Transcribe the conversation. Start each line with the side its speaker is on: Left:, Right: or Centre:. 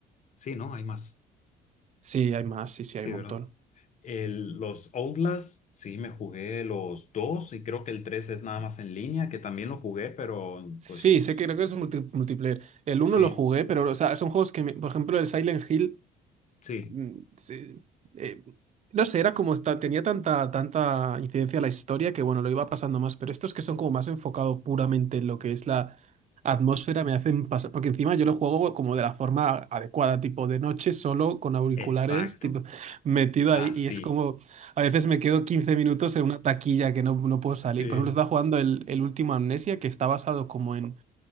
Left: Sí, ¿no? Hay más.
Right: Sí, hay más, sí, sí,
Left: Sí,
Right: hay un
Left: ¿verdad?
Right: montón.
Left: El- los Outlast, sí, me jugué los dos y creo que el tres es nada más en línea, que también lo jugué, pero
Right: Sí,
Left: pues
Right: sé que creo que es multi- multiplayer. El
Left: sí,
Right: uno lo jugué, pero, o sea, son juegos que, me- por ejemplo, el Silent Hill
Left: sí,
Right: mm, sí, eh, no sé, era como esta- tenía tanta, tanta incidencia la historia que bueno, lo iba pasando más, pero estos que son como más enfocados puramente en lo que es la atmósfera me hacen pasar, porque encima yo lo juego como de la forma adecuada, tipo de noche solo con auriculares,
Left: exacto,
Right: tipo, metido
Left: así,
Right: ahí y es como, a veces me quedo 15 minutos en una taquilla que no, no puedo salir.
Left: sí,
Right: Por ejemplo, estaba jugando el, el último Amnesia que está basado como en